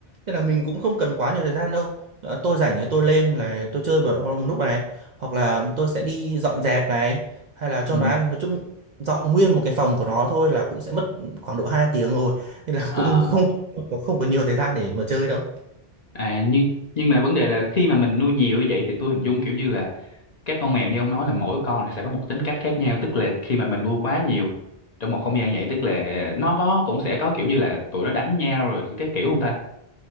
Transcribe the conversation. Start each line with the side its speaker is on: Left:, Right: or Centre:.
Right: nên là mình cũng không cần quá nhiều thời gian đâu Ờ, tôi rảnh thì tôi lên là tôi chơi một, một lúc này hoặc là tôi sẽ đi dọn dẹp này hay là cho
Left: ừ
Right: nó ăn nói chung dọn nguyên một cái phòng của nó thôi là cũng sẽ mất khoảng độ 2 tiếng rồi nên là
Left: à
Right: cũng không không có không có nhiều thời gian để mà chơi đâu
Left: à nhưng nhưng mà vấn đề là khi mà mình nuôi nhiều như vậy thì tôi hình dung kiểu như là các con mèo như ông nói là mỗi con thì sẽ có một tính cách khác nhau tức là khi mà mình nuôi quá nhiều trong một không gian vậy tức là nó có cũng sẽ có kiểu như là tụi nó đánh nhau rồi cái kiểu không ta